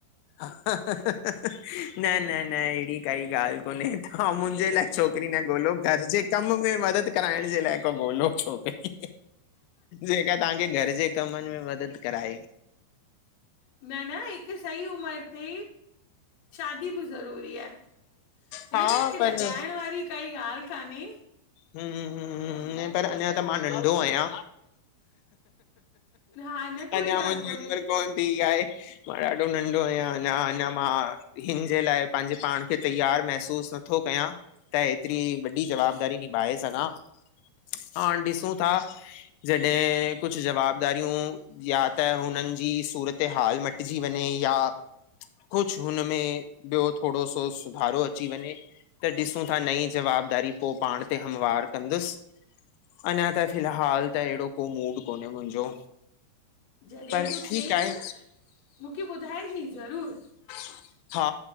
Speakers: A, on the left (about 85°); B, on the left (about 70°).
A: न न न अहिड़ी काई ॻाल्हि कोन्हे तव्हां मुहिं जे लाइ छोकिरी न ॻोल्हयो घर जे कम में मदद कराइण जे लाइ को ॻोल्हयो हिक छोकरी जेका तव्हांखे घर जे कमनि में मदद कराए
B: न न, हिक सही उम्र ते शादी बि ज़रूरी आहे
A: हा
B: हिन में अहिड़ी
A: पर
B: लॼाइण वारी काई ॻाल्हि कान्हे
A: हम्म हम्म पर अञां त मां नंढो आहियां
B: हा न कोई
A: अञां
B: ॻाल्हि
A: मुंहिंजी
B: कोन्हे
A: उम्र कोन थी आहे मां ॾाढो नंढो आहियां अञां अञां मां हिन जे लाइ पंहिंजे पाण खे तैयार महसूस नथो कयां त हेतिरी वॾी जवाबदारी निभाए सघां हां, डिसूं था जॾहिं कुझ जवाबदारियूं या त हुननि जी सूरत हाल मटिजी वञे या कुझु हुनमें, ॿियो थोरो सो सुधारो अची वञे त ॾिसूं था नई जवाबदारी पोइ पाण ते हमवार कंदुसि अञां त फ़िलहाल त अहिड़ो को मूड कोन्हे मुंहिंजो
B: जॾहिं
A: पर
B: बि
A: ठीकु
B: थियई
A: आहे
B: न, मूंखे ॿुधाइजे ज़रूरु
A: हा,